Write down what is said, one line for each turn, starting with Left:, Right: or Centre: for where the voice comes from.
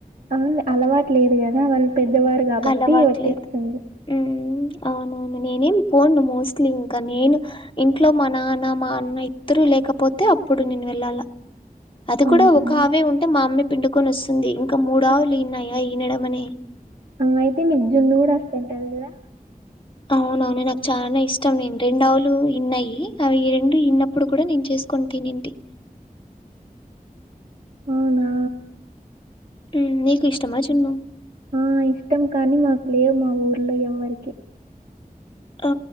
Right: అవున్లె అలవాటు లేదు గదా వాళ్ళు పెద్దవారు కాబట్టి
Left: అలవాట్లేదు
Right: వచ్చేస్తుంది.
Left: ఉమ్, అవునవును నేనేం పోను మోస్ట్లీ ఇంక నేను ఇంట్లో మా నాన్న మా అన్న ఇద్దరు లేకపోతె అప్పుడు నేను వెళ్ళాలా అది కూడా
Right: అవును
Left: ఒక ఆవే ఉంటే మా అమ్మే పిండుకొని వస్తుంది ఇంకా మూడు ఆవులు
Right: ఆ
Left: ఈన్నాయా ఈయనడమనే
Right: ఆ అయితే మిగ్ జున్న గుడా వస్తుంటది గదా
Left: అవునవునె నాకు చానా ఇష్టం రెండ్ రెండ్ ఆవులు ఈన్నాయి అవి రెండు ఈన్నప్పుడు కూడా నేను చేసుకొని తినింటి
Right: అవునా
Left: ఉమ్ నీకు ఇష్టమా జున్ను
Right: ఆ ఇష్టం కానీ మాకు లేవు మా ఊర్ల ఎవ్వరికి
Left: ఆ